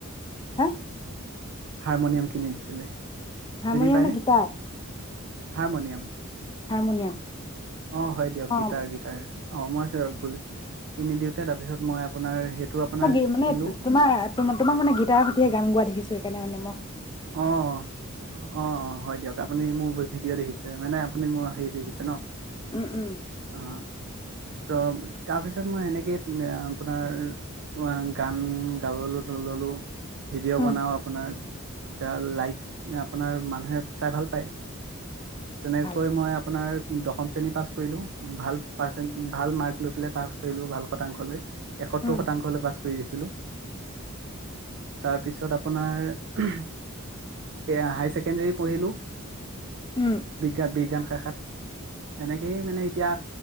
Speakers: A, on the left; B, on the right.
A: হা?
B: হাৰমনিয়াম কিনি দিছিলে।
A: হাৰমনিয়াম
B: চিনি পায়নে
A: নে গীটাৰ?
B: হাৰমনিয়াম।
A: হাৰমনিয়াম।
B: অ' হয় দিয়ক
A: অ
B: গীটাৰ গীটাৰ অ' মই আছে ভুল কিনি দিওঁতে তাৰপিছত মই আপোনাৰ সেইটো আপোনাৰ
A: মই
B: শিকিলো
A: মানে তোমাৰ তোমাক মানে গীটাৰ সৈতেহে গান গোৱা দেখিছো। সেই কাৰণে মানে মোক
B: অ' অ' অ' হয় দিয়ক আপুনি মোৰ ভিডিঅ' দেখিছে। মানে আপুনি মোৰ হেৰি দেখিছে ন।
A: উম, উম।
B: অ ত' তাৰপিছত মই এনেকেই আপোনাৰ গান গাবলৈ ল'লো। ভিডিঅ'
A: উম
B: বনাওঁ আপোনাৰ এ লাইক আপোনাৰ মানুহে চাই ভাল পায়। তেনেকৈ
A: ভাল
B: মই আপোনাৰ দশম শ্ৰেণী পাছ কৰিলো। ভাল ৰ্পাচেন্ট ভাল মাৰ্ক লৈ পেলাই পাছ কৰিলোঁ ভাল শতাংশলৈ। এসত্তৰ
A: উম
B: শতাংশ হ'লে পাছ কৰি দিছিলোঁ তাৰপিছত আপোনাৰ এ হায়াৰ ছেকেণ্ডৰী পঢ়িলো।
A: উম
B: বিজ্ঞান, বিজ্ঞান। শাখাত তেনেকেইয়ে মানে এতিয়া